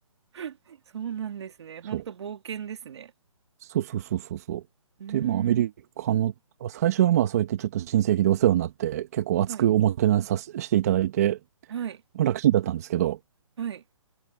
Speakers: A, on the right (about 50°); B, on the right (about 30°).
A: <laughs> そうなんですね。本当冒険ですね。
B: そう。そうそうそうそうそう。
A: うー
B: で、まあ、アメリカの、
A: ん。
B: 最初はまあ、そうやってちょっと親戚でお世話になって、結構熱くおもてなしさせしていただいて、
A: はい、はい、
B: まあ楽ちんだったんですけど、
A: はい。